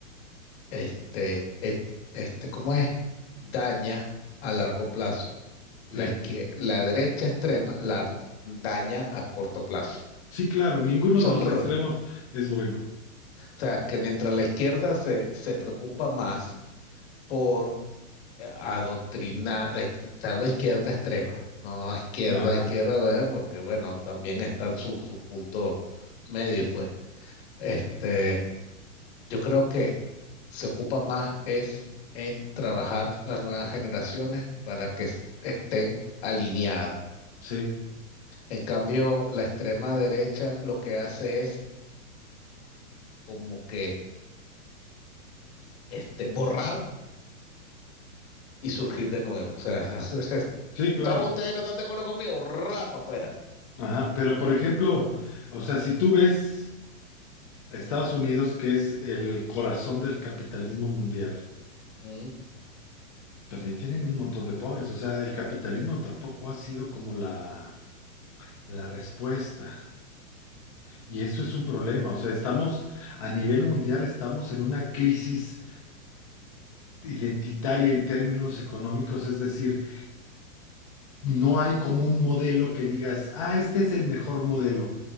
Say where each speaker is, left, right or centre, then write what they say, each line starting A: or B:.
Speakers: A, on the left; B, on the left.
A: este, et- este, ¿cómo es? Daña a largo plazo. La
B: sí.
A: izquier- la derecha extrema la r- daña a corto plazo.
B: Sí, claro, ninguno
A: Son,
B: de los
A: re-
B: extremos
A: o
B: es bueno.
A: sea, que mientras la izquierda se, se preocupa más por eh, adoctrinar, eh, te hablo de izquierda extrema, no a izquierda,
B: Ajá,
A: a izquierda, ¿verdad? porque bueno, también están sus sus puntos medios, pues. Este, yo creo que se ocupa más es en trabajar las nuevas generaciones para que es- estén alineadas.
B: sí,
A: En cambio, la extrema derecha lo que hace es como que este, borrar y surgir de nuevo. O sea, <laughs>
B: sí, claro.
A: todos ustedes no están de acuerdo conmigo, rapa afuera.
B: Ajá, pero por ejemplo,
A: Ah.
B: o sea, si tú ves Estados Unidos, que es el corazón del capitalismo mundial,
A: Mm.
B: También tienen un montón de pobres, o sea, el capitalismo tampoco ha sido como la, la respuesta. Y eso es un problema, o sea, estamos a nivel mundial, estamos en una crisis identitaria en términos económicos, es decir, no hay como un modelo que digas, ah, este es el mejor modelo.